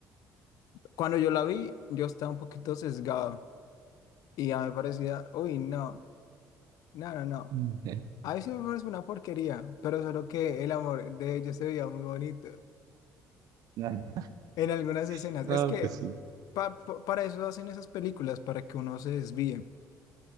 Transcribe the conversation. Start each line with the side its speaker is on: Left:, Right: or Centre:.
Left: cuando yo la vi, yo estaba un poquito sesgado y ya me parecía, uy, no, no, no, no.
Right: <laughs> Mm.
Left: A mí sí me parece una porquería, pero solo que el amor de ellos se veía muy bonito
Right: <laughs>
Left: en algunas escenas.
Right: No,
Left: Es que
Right: pues sí.
Left: pa- pa- para eso hacen esas películas, para que uno se desvíe.